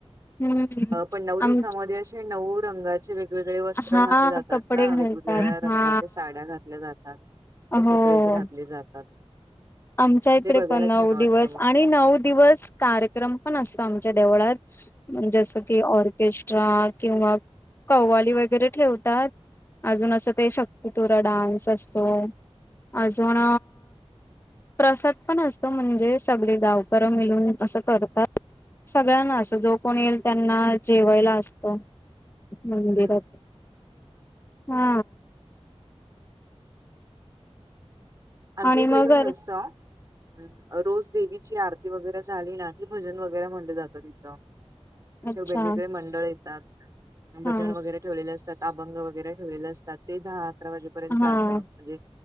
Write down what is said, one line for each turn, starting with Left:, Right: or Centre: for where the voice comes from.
Left: हम्म
Right: अ पण नऊ दिवसामध्ये
Left: आम
Right: अशी नऊ रंगाचे वे गवेगळे वस्त्र
Left: हा
Right: घातले जातात
Left: कपडे
Right: ना
Left: घालतात
Right: वेगवेगळ्या रंगाच्या
Left: हा
Right: साड्या घातल्या जातात. तसे
Left: हो
Right: ड्रेस घातले जातात.
Left: आमच्या इकडे
Right: ते बघायला
Left: पण नऊ
Right: छान वाटतं
Left: दिवस
Right: मग
Left: आणि
Right: त्या
Left: नऊ दिवस कार क्रम पण असतो आमच्या देवळात. म्हणजे असं कि ऑर्केस्ट्रा किंवा कव्वाली वगैरे ठेवतात अजून असं काही शक्ती तुरा डान्स असतो अजून प्रसाद पण असतो म्हणजे सगळे गावकर मिळून असं करतात. सगळ्यांना असं जो कोण येईल त्यांना जेवायला असतं मंदिरात
Right: हम्म.
Left: हा.
Right: आमच्या
Left: आणि
Right: इिकडे
Left: मग
Right: कसं असतं हा रोज देवीची आरती वगैरे झाली ना कि भजन वगैरे म्हटलं जातं तिथं. अशे
Left: अच्छा
Right: वेगवेगळे मंडळ येतात
Left: हा
Right: भजन वगैरे ठेवलेले असतात अभंग वगैरे ठेवलेले असतात ते दहा अकरा वाजेपर्यंत चालतं
Left: हा
Right: म्हणजे